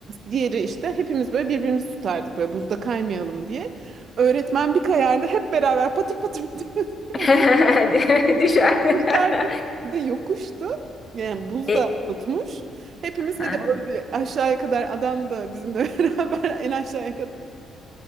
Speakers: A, on the right; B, on the left.
A: Diğeri işte hepimiz böyle birbirimizi tutardık böyle buzda kaymayalım diye. Öğretmen bir kayardı hep beraber patır patır patır patır
B: <laughs>
A: patır
B: Düşer.
A: düşerdik.
B: <laughs>
A: Bir de yokuştu. Yani buz
B: E,
A: da tutmuş. Hepimiz
B: hı
A: hadi
B: hı.
A: öyle aşağıya kadar adam da bizimle <laughs> beraber en aşağıya kadar